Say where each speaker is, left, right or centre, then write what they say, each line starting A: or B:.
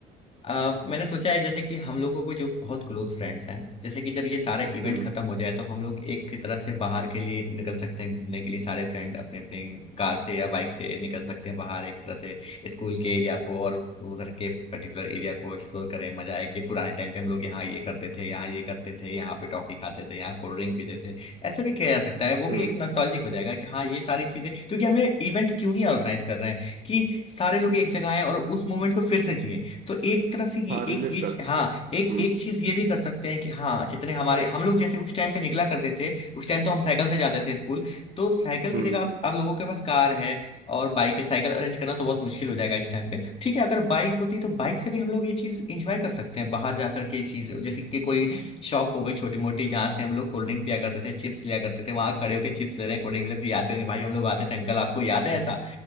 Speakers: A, on the left; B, on the right.
A: आ, मैंने सोचा है जैसे कि हम लोगों को जो बहुत क्लोज फ्रेंड्स हैं जैसे कि जब ये सारे इवेंट
B: हम्म
A: खत्म हो जाए तो हम लोग एक तरह से बाहर के लिए निकल सकते हैं घूमने के लिए सारे फ्रेंड अपने अपने कार से या बाइक से निकल सकते हैं बाहर एक तरह से स्कूल के एरिया को और उस उधर के पर्टिकुलर एरिया को एक्सप्लोर करें मजा आए कि पुराने टाइम पे हम लोग यहाँ ये करते थे यहाँ ये करते थे यहाँ पे टॉफी खाते थे यहाँ कोल्ड ड्रिंक पीते थे ऐसा भी किया जा सकता है वो
B: हम्म
A: भी एक नॉस्टैल्जिक हो जाएगा कि हाँ ये सारी चीजें क्योंकि हमें इवेंट क्यों ही ऑर्गेनाइज कर रहे हैं कि सारे लोग एक जगह आए और उस मोमेंट को फिर से जिए तो एक तरह से ये
B: हाँ रिलेट
A: एक ये चीज-
B: कर सके
A: हाँ एक
B: हम्म
A: एक चीज ये भी कर सकते हैं कि हाँ जितने हमारे हम लोग जैसे उस टाइम पे निकला करते थे उस टाइम तो हम साइकिल से जाते थे स्कूल तो साइकिल की
B: हम्म
A: जगह अब
B: हम्म
A: अब लोगों के पास कार है और बाइक है साइकिल अरेंज करना तो बहुत मुश्किल हो जाएगा इस टाइम पे ठीक है अगर बाइक होती तो बाइक से भी हम लोग ये चीज इंजॉय कर सकते हैं बाहर जाकर के चीज जैसे कि कोई शॉप हो गई छोटी मोटी जहाँ से हम लोग कोल्ड ड्रिंक पिया करते थे चिप्स लिया करते थे वहां खड़े होकर चिप्स ले रहे हैं कोल्ड ड्रिंक ले रहे हैं, फिर याद करेंगे भाई हम लोग आते थे अंकल आपको याद है ऐसा